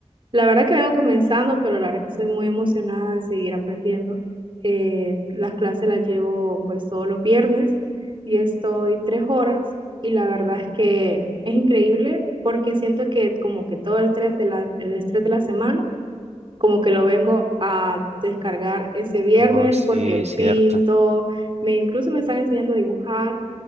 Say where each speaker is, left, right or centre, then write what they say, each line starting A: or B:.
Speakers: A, on the right; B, on the right.
A: La verdad que vengo comenzando, pero la verdad que estoy muy emocionada de seguir aprendiendo. Eh, las clases las llevo pues todos los viernes y estoy tres horas y la verdad es que es increíble porque siento que como que todo el estrés de la, el estrés de la semana como que lo vengo a descargar ese viernes
B: Oh, sí,
A: porque
B: es cierto.
A: pinto, me incluso me están enseñando a dibujar.